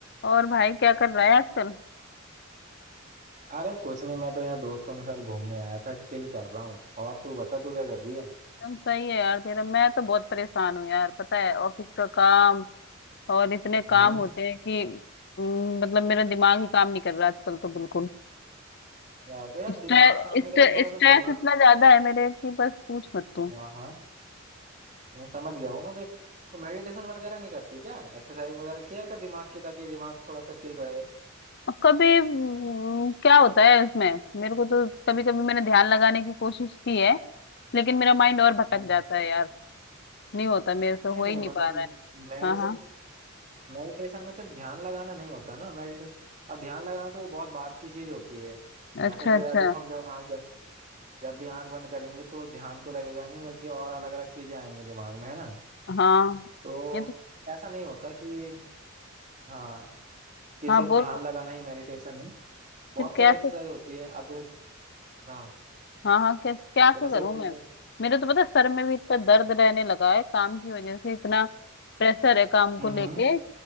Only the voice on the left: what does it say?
और भाई क्या कर रहा है आजकल
एकदम सही है यार तेरा मैं तो बहुत परेशान हूँ यार पता है ऑफिस का काम और इतने काम
होते हैं कि हम्म, मतलब मेरा दिमाग ही काम नहीं कर रहा आजकल तो बिल्कुल
स्ट्रेस
स्ट्रेस
इतना ज्यादा है मेरे कि बस पूछ मत तू
अब कभी हम्म, क्या होता है इसमें मेरे को तो कभी कभी मैंने ध्यान लगाने की कोशिश की है लेकिन मेरा माइंड और भटक
जाता है यार नहीं होता मेरे से हो
ही नहीं
पा रहा है
हाँ हाँ
अच्छा
अच्छा
हाँ
ये तो
हाँ
बोल
बोल
फिर कैसे
हाँ हाँ क्या क्या से
करूं
मैं मेरे तो पता है सर में भी इतना दर्द रहने लगा है काम की वजह से इतना प्रेशर है काम को
लेके